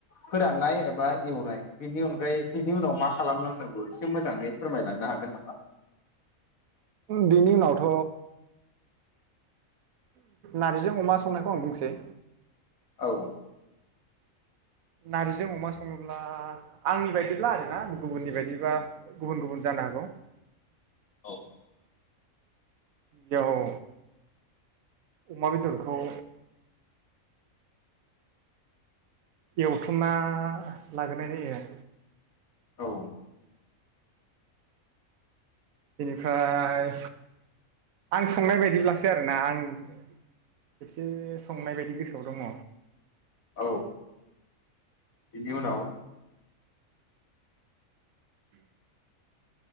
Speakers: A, on the left (about 80°); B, on the right (about 80°).
A: फोराननाय एबा एवनाय बिनि अनगायै बिनि उनाव मा खालामलांनांगौ एसे मोजाङै फोरमायलांनो हागोन नामा।
B: उम बिनि उनावथ। नारजिजों अमा संनायखौ आं बुंसै।
A: औ।
B: नारजि अमा सङोब्ला आंनि बायदिब्ला आरोना गुबुननि बायदिबा गुबुन गुबुन जानो हागौ।
A: औ।
B: बेयाव अमा बेदरखौ। एवथुमना लाग्रोनाय जायो।
A: औ
B: बेनिफ्राय आं संनाय बायदिब्लासो आरोना आं खेबसे संनाय बायदि गोसोआव दङ।
A: औ बिनि उनाव